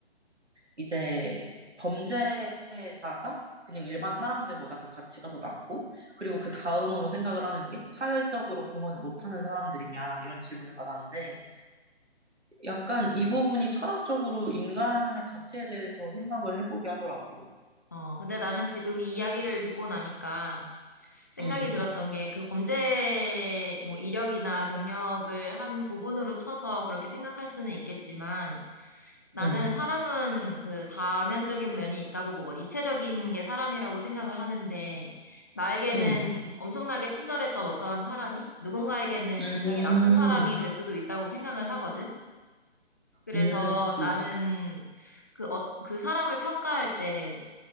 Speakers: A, on the right (about 85°); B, on the left (about 15°).
A: 이제 범죄자가 그냥 일반 사람들보다 그 가치가 더 낮고, 그리고 그 다음으로 생각을 하는 게 사회적으로 공헌을 못하는 사람들이냐, 이런 질문을 받았는데, 약간 이 부분이 철학적으로 인간의 가치에 대해서 생각을 해보게 하더라고.
B: 어, 근데 나는 지금 이 이야기를 듣고 나니까 생각이
A: 음,
B: 들었던 게 그 범죄 뭐 이력이나 경력을 한 부분으로 쳐서 그렇게 생각할 수는 있겠지만 나는
A: 음,
B: 사람은 그 다면적인 면이 있다고 보거든. 입체적인 게 사람이라고 생각을 하는데 나에게는
A: 음,
B: 엄청나게 친절했던 어떠한 사람이 누군가에게는
A: 음,
B: 굉장히 나쁜 사람이 될 수도 있다고 생각을 하거든. 그래서
A: 음, 그치,
B: 나는
A: 그치.
B: 그, 어, 그 사람을 평가할 때